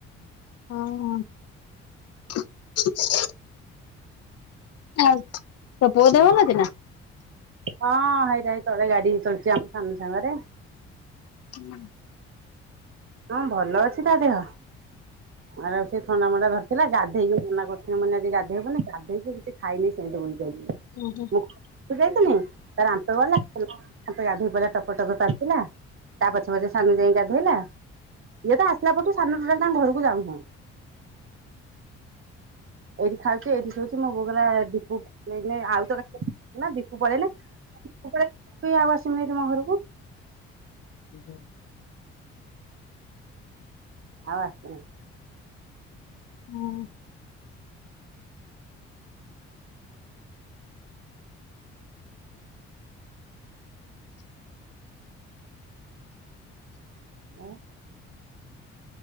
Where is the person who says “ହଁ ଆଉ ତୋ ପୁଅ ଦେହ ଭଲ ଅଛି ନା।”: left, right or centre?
Left